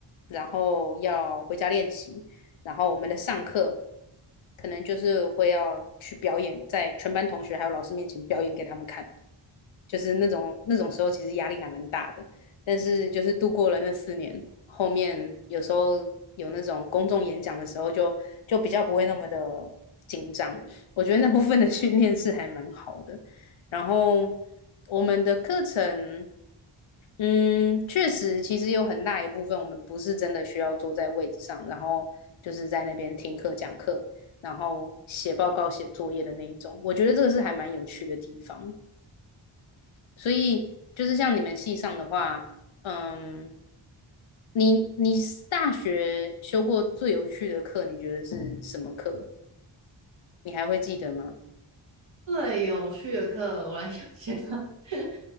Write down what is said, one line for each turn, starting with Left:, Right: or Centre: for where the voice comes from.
Left: 然后要回家练习，然后我们的上课可能就是会要去表演，在全班同学还有老师面前表演给他们看，就是那种那种时候其实压力还蛮大的。但是就是度过了那四年，后面有时候有那种公众演讲的时候就，就比较不会那么的紧张。我觉得那部分的训练是还蛮好的。然后我们的课程，嗯，确实其实有很大一部分我们不是真的需要坐在位置上，然后就是在那边听课讲课，然后写报告、写作业的那一种。我觉得这个是还蛮有趣的地方。所以就是像你们系上的话，嗯，你你大学修过最有趣的课，你觉得是什么课？你还会记得吗？
Right: 最有趣的课，我来想想。<laughs>